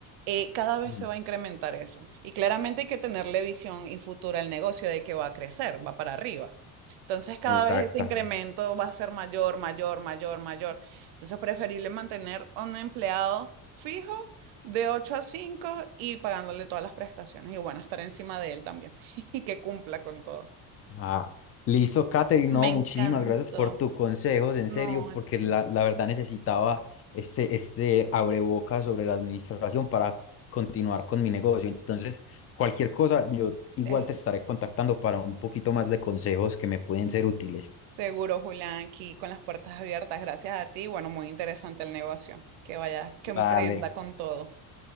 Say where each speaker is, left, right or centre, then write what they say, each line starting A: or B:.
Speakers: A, on the right; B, on the left.
A: eh, cada vez
B: Ujú.
A: se va a incrementar eso. Y claramente hay que tenerle visión y futura al negocio de que va a crecer, va para arriba. Entonces, cada
B: Exactamente.
A: vez ese incremento va a ser mayor, mayor, mayor, mayor. Entonces, preferible mantener a un empleado fijo de 8 a 5 y pagándole todas las prestaciones. Y bueno, estar encima de él también <laughs> y que cumpla con todo.
B: Ah, listo, Katherine.
A: Me
B: No,
A: encantó.
B: muchísimas gracias por tus consejos, en
A: No,
B: serio, porque
A: en fin,
B: la, la verdad necesitaba este, este abreboca sobre la administración para continuar con mi negocio. Entonces, cualquier cosa, yo igual
A: es
B: te estaré contactando para un poquito más de consejos que me pueden ser útiles.
A: Seguro, Julián, aquí con las puertas abiertas, gracias a ti. Bueno, muy interesante el negocio. Que vaya, que emprenda
B: Vale,
A: con todo.